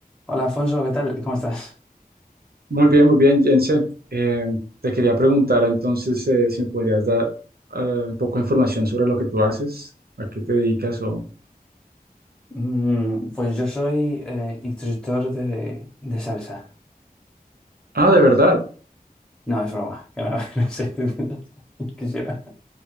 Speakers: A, in the centre; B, on the right.
A: Hola Alfonso, ¿qué tal? ¿Cómo estás?
B: Muy bien, muy bien, Jense. Eh, te quería preguntar entonces eh, si me podrías dar eh, un poco de información sobre lo que tú haces, a qué te dedicas o...
A: Mm, pues yo soy eh, instructor de, de salsa.
B: Ah, de verdad.
A: No, es broma, que no, <laughs> no sé, <laughs> quisiera.